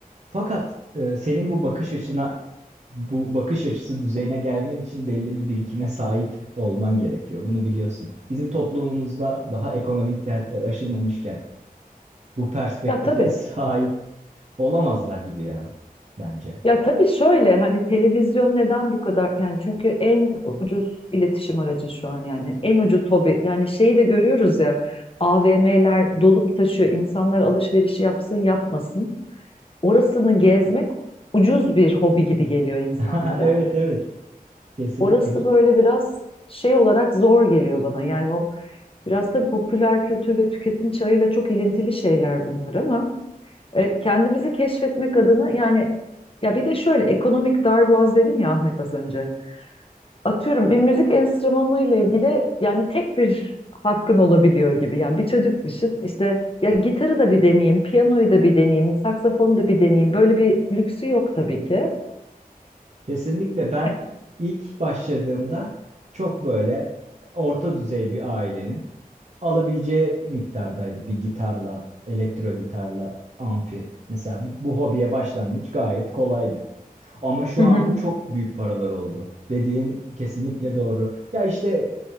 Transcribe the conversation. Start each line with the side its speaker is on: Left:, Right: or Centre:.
Right: Fakat e, senin bu bakış açına bu bakış açısı düzeyine gelmen için belli bir birikime sahip olman gerekiyor. Bunu biliyorsun. Bizim toplumumuzda daha ekonomik dertler aşılmamışken bu perspektife
Left: Ya tabii.
Right: <laughs> sahip Olamazlar gibi ya bence.
Left: Ya tabii şöyle hani televizyon neden bu kadar yani çünkü en ucuz iletişim aracı şu an yani en ucuz hobi yani şeyi de görüyoruz ya AVM'ler dolup taşıyor insanlar alışverişi yapsın yapmasın orasını gezmek ucuz bir hobi gibi geliyor insanlara
Right: <laughs> Evet evet kesinlikle
Left: orası böyle biraz şey olarak zor geliyor bana yani o Biraz tabii popüler kültür ve tüketim çağıyla çok ilintili şeyler bunlar ama e, kendimizi keşfetmek adına yani ya bir de şöyle ekonomik darboğaz dedim ya Ahmet az önce. Atıyorum bir müzik enstrümanı ile ilgili yani tek bir hakkın olabiliyor gibi. Yani bir çocuk düşün işte ya gitarı da bir deneyeyim, piyanoyu da bir deneyeyim, saksafonu da bir deneyeyim. Böyle bir lüksü yok tabii ki.
Right: kesinlikle ben
Left: Ay,
Right: ilk başladığımda çok böyle orta düzey bir ailenin alabileceği miktardaydı bir gitarla elektro gitarla amfi. Mesela bu bu hobiye başlangıç gayet kolaydı. Ama şu
Left: Hı hı.
Right: anda çok büyük paralar oldu. Dediğin kesinlikle doğru. Ya işte